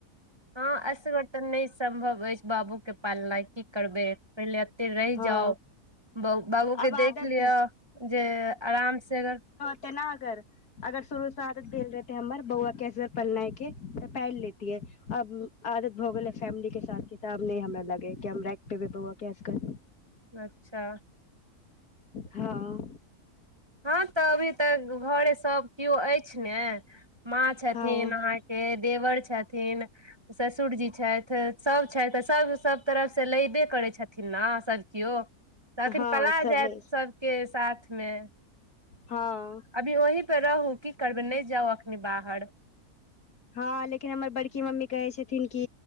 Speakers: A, on the right; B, on the left.
A: हँ अशवर् तन नहि सम्भव अछि बाबू के पालनाइ की करबै पहिले एत रहि
B: हँ
A: जाउ ब बाबू
B: आब
A: के देख
B: आदत
A: लिअ जे आराम से अगर
B: तेना अगर अगर शुरू श आदत देल रहेते हमर बौआ कैस पलनाइ के तऽ पाइल लेतीयै अब आदत भऽ गेलै फैमिली के साथ के तऽ आब नहि हमरा लागैये की हम राखि पे बे बआेज क
A: अच्छा
B: हँ
A: हँ तऽ अभी तऽ घरे सभ कियो अछि ने माँ छथिन
B: हँ
A: अहाँके हे देवर छथिन ससुरजी छथि सभ छथि सभ सभ तरफसँ लैबे करै छथिन ने सभ केियौ त अखन
B: हँ
A: पला
B: सब
A: जायत
B: ले
A: सबके साथ मे
B: हँ
A: अभी ओहि पे रहू की करबे नहि जाउ अखनी बाहर
B: हँ लेकिन हमर बड़की मम्मी कहै छथिन कि